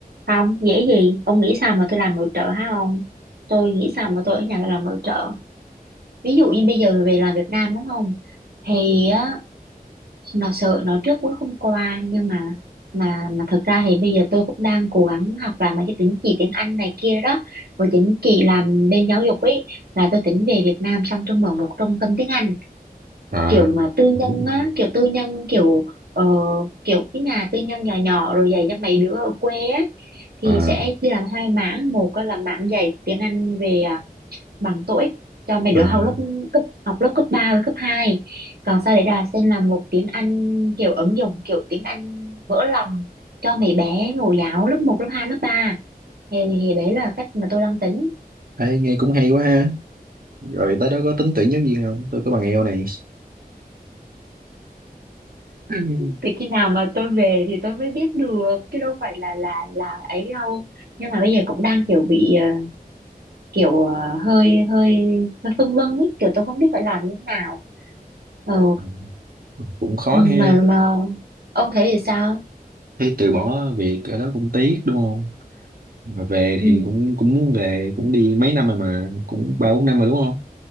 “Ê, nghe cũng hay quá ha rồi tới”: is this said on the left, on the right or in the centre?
Right